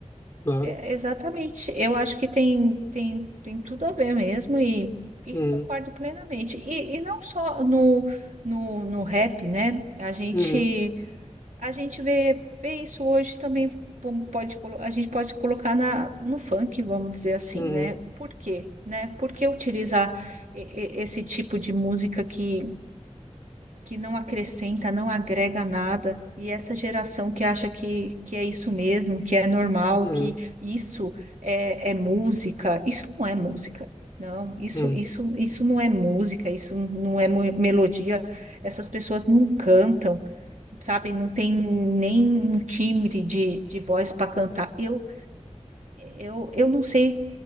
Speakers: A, on the left; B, on the right.
A: claro.
B: É, exatamente. Eu acho que tem, tem, tem tudo a ver mesmo e, e
A: Uhum,
B: concordo plenamente. E, e não só no, no, no rap, né? A gente.
A: uhum,
B: A gente vê, vê isso hoje também, como pode, colo- a gente pode colocar na, no funk, vamos dizer assim,
A: uhum,
B: né? Por quê, né? Por que utilizar e- e- esse tipo de música que, que não acrescenta, não agrega nada? E essa geração que acha que, que é isso mesmo, que é normal,
A: uhum,
B: que isso é, é música. Isso não é música. Não, isso,
A: uhum,
B: isso, isso não é música, isso não é mo- melodia. Essas pessoas não cantam sabe? Não tem nem um timbre de, de voz para cantar. Eu, eu, eu não sei.